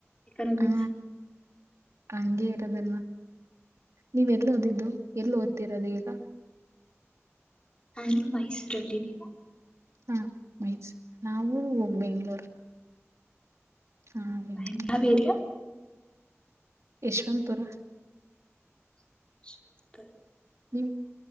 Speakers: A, on the left (about 20°); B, on the right (about 75°).
A: ಎಕನಾಮಿಕ್ಸ್
B: ಆ ಅಂಗೇ ತದಲ್ವಾ ನೀವ್ ಎಲ್ ಓದಿದ್ದು ಎಲ್ ಓದ್ತಿರೋದು ಈಗ.
A: ನಾನು ಮೈಸೂರಲ್ಲಿ ನೀವು,
B: ಹಾ ಮೈಸೂರ್ ನಾವೂ ಬೆಂಗ್ಳೂರ್ ಹಾ ಬೆಂಗ್
A: ಬ್ಯಾಂಗ್ ಯಾವ್ ಏರಿಯಾ.
B: ಯಶವಂತ್ಪುರ.
A: ಯ <unintelligible>
B: ನೀವ್